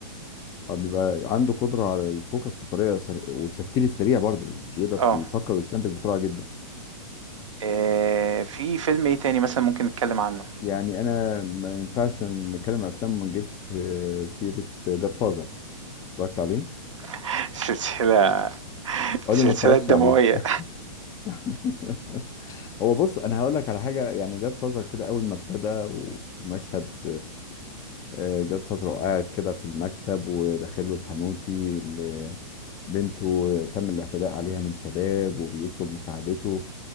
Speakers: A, on the left; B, on the right.
A: فبيبقى عنده قدرة على الفوكس بطريقة سريعة والتفكير السريع برضه بيقدر
B: اه
A: يفكر ويستنتج بسرعة جدا
B: آه، في فيلم ايه تاني مثلا ممكن نتكلم عنه
A: يعني أنا ما ينفعش نتكلم عن أفلام وما نجيبش آه، سيرة جاد فازر اتفرجت عليه
B: <laughs> سلسلة
A: قول
B: سلسلة
A: لي ما اتفرجتش
B: دموية
A: عليه <laughs> هو بص انا هقول لك على حاجه يعني جاد فازر كده اول ما ابتدى ومشهد آه، جاد فازر وقاعد كده في المكتب وداخل له الحانوتي اللي بنته تم الاعتداء عليها من شباب وبيطلب مساعدته